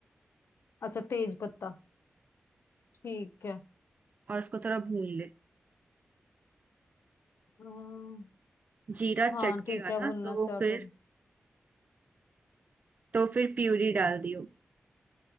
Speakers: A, on the left (about 70°); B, on the right (about 40°).
A: अच्छा तेज पत्ता ठीक है
B: और उसको थोड़ा भून ले
A: अम,
B: जीरा
A: हाँ
B: चटकेगा
A: ठीक है भुनना
B: ना तो
A: स्टार्ट
B: फिर
A: हो
B: तो फिर प्यूरी डाल दियो